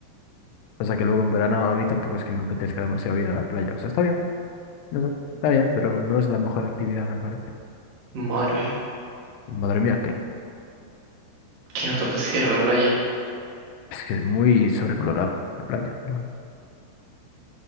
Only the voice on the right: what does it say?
Madre mía,
que no te apetece ir a la playa.